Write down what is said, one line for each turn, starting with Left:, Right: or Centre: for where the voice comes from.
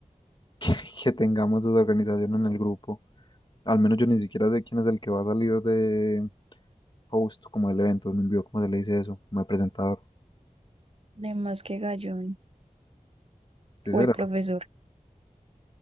Left: <laughs> que, que tengamos esa organización en el grupo. Al menos yo ni siquiera sé quién es el que va a salir de host como el evento, me envió como se le dice eso, como de presentador.
Right: de más que Gallón
Left: Sí,
Right: o
Left: será,
Right: el profesor.